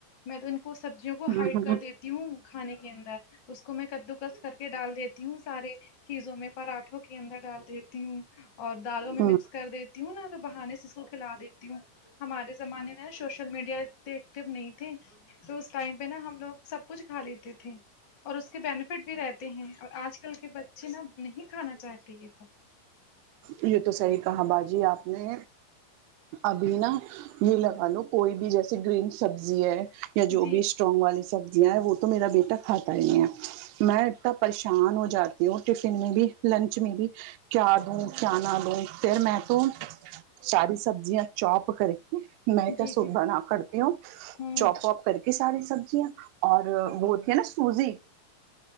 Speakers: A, on the left (about 55°); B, on the right (about 80°).
A: میں تو ان کو سبزیوں
B: ہ
A: کو ہائڈ کر دیتی ہوں کھانے کے اندر اس کو میں کدو کس کر کے ڈال دے تیو سارے چیزوں میں پراٹھوں کے اندر ڈال دیتی ہوں اور دالوں میں
B: ہ
A: مکس کر دیتی ہوں نہ تو بہانے سے اس کو کھلا دیتی ہوں ہمارے زمانے میں نا شوشل میڈیا ٹکر نہیں تھے تو ٹائم پہ نا ہم لوگ سب کچھ کھا لیتے تھے اور اس کے بینیفٹ بھی رہتے ہیں اور آج کل کے بچے نا نہیں کھانا چاہتے یہ سب
B: یہ تو صحی کہا باجی آپ نے ابھی نا یہ لگا لو کوئی بھی جیسے گرین سبزی ہے یا جو
A: جی
B: بھی <unintelligible> والی سبزیاں ہیں وہ تو میرا بھی تا کھاتا ہی نہیں میں اتنا پریشان ہو جاتی ہوں ٹفن میں بھی لنچ میں بھی کیا دوں کیا نہ دوں پھر میں تو شاری سبزیاں چوپ کر کے میں
A: جی
B: تو سوپ
A: جی
B: بنا کرتی ہوں
A: ہوں
B: چوپ واپ کر کے ساری سبزیاں اور وہ ہے نا سوجی